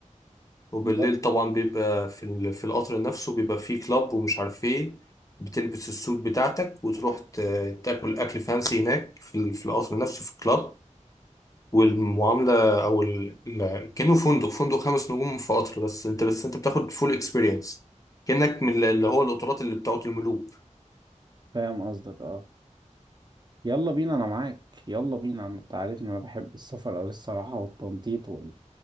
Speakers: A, on the left; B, on the right.
A: وبالليل
B: يلا
A: طبعا بيبقى في ال- في القطر نفسه بيبقى فيه كلاب ومش عارف إيه بتلبس السوت بتاعتك وتروح ت- تاكل أكل فانسي هناك في ال- في القطر نفسه في الكلاب والمعامله او ال... ال- كانه فندق فندق خمس نجوم في قطر بس انت بس انت بتاخد فول اكسبيرينس كانك من اللي هو القطارات اللي بتاعت الملوك
B: فاهم قصدك اه يلا بينا انا معاك يلا بينا انت عارفني انا بحب السفر اوي الصراحة والتنطيط وال...